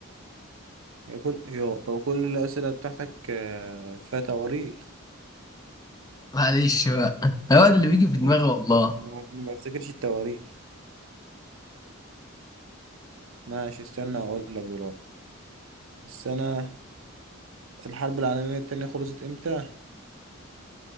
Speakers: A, on the right; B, on the left.
A: يا كل يو- هو كل الأسئلة بتاعتك آه، فيها تواريخ
B: معلش بقى <laughs> هو ده اللي بيجي في دماغي
A: ما
B: والله
A: ما- ما بفتكرش التواريخ ماشي استنى اقول لك دلوقتي السنة الحرب العالمية التانية خلصت امتى؟